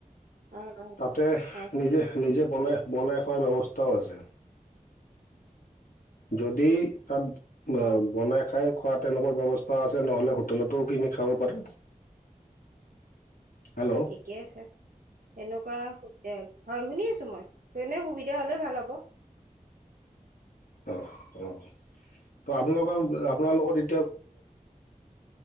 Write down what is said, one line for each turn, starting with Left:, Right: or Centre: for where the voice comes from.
Right: অ' অ'
Left: তাতে
Right: হয়
Left: নিজে নিজে বনাই - বনাই খোৱাৰ ব্যৱস্থাও আছে। যদি তাত আম
Right: অ'
Left: বনাই খাই খোৱা তেনেকুৱা ব্যৱস্থা আছে, নহলে হোটেলতো কিনি খাব পাৰে। হেল্ল'? অ',
Right: ঠিকে আছে, তেনেকুৱা সুবিধা হয় শুনি আছোঁ মই তেনে সুবিধা হ'লে ভাল হ'ব।
Left: অহ অ, ত আপোনালোকৰ অ আপোনাৰ লগত এ